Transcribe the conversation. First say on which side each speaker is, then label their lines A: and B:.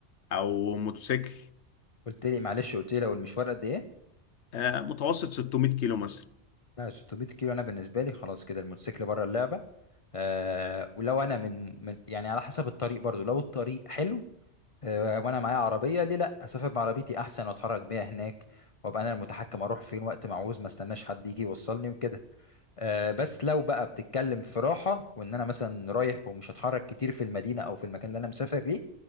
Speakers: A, on the left; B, on the left.
A: او موتوسيكل
B: قلت لي معلش قلت لي لو المشوار قد إيه؟
A: آه، متوسط 600 كيلو مثلا
B: لا 600 كيلو أنا بالنسبة لي خلاص كده الموتوسيكل بره اللعبة آه ولو انا من, من يعني على حسب الطريق برضو لو الطريق حلو آه وانا معايا عربيه ليه لا اسافر بعربيتي احسن واتحرك بيها هناك وابقى انا المتحكم اروح فين وقت ما عاوز ما استناش حد يجي يوصلني وكده آه بس لو بقى بتتكلم في راحه وان انا مثلا رايح ومش هتحرك كتير في المدينه او في المكان اللي انا مسافر ليه